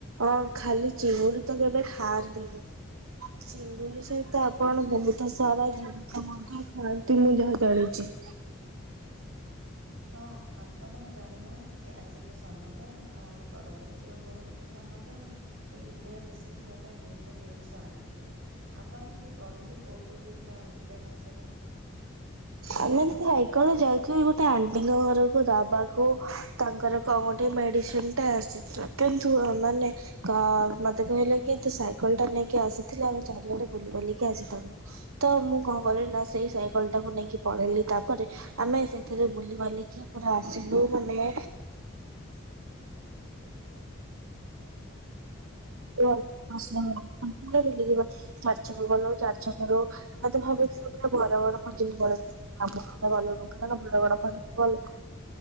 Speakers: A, on the right; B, on the right.
A: ଅ ଖାଲି ଯିଏ ଯେମିତି କରିବ ହାରଦେଇ ଗୁଲୁ ସହିତ ଆପଣ ବହୁତ ସାରା ଜିନିଷ ମଧ୍ୟ ଥାଆନ୍ତି ମୁଁ ଯାହା ଜାଣିଛି।
B: ହଁ ଆପଣ ଜାଣିନାହାନ୍ତି କି ଆଜି ମୋ ସାନ ଭଉଣୀ ଆଉ ଆମ ତଡ ଘରେ ଥିବା ମୋର ଗୋଟେ ସାନ ଭଉଣୀ ଏଇ ଉଭୟ ମିଶିକି ମୋ ପାଇଁ ବହୁତ ଜିନିଷ ଆଣିଥିଲେ ଆପଣ ଟିକେ କହିଲେ କୋଉ କୋଉ ଜିନିଷ ଆଣିଥିଲେ ମାନେ ସବୁ ହ
A: ଆମେ ଏକଳ ଯାଇଥିଲୁ ଗୋଟେ ଆଣ୍ଟିଙ୍କ ଘରକୁ ଦବାକୁ ତାଙ୍କର କଣ ଗୋଠେ ମେଡିସିନ ଟା ଆସିଥିଲା କିନ୍ତୁ ଆ ମାନେ କା ମତେ କହିଲେ କି ତୁ ସାଇକେଲ ଟା ନେଇକି ଆସିଥିଲି ଆଉ ଆମେ ଚାରିଆଡେ ବୁଲି ବୁଲିକି ଆସିଥାନ୍ତୁ। ତ ମୁଁ କଣ କଲି ନା ସେଇ ସାଇକେଲ ଟାକୁ ନେଇକି ପଳେଇଲି ତାପରେ ଆମେ ସେଥିରେ ବୁଲି ବାଲିକି ପୁରା ଆସିଲୁ ମାନେ <unintelligible> କୁହ? <unintelligible> ବରଗଡ ପହଁଚିଲୁ କାଳେ ଆମେ ଗଲୁନୁ କାରଣ ବରଗଡ ପଞ୍ ଗଲେ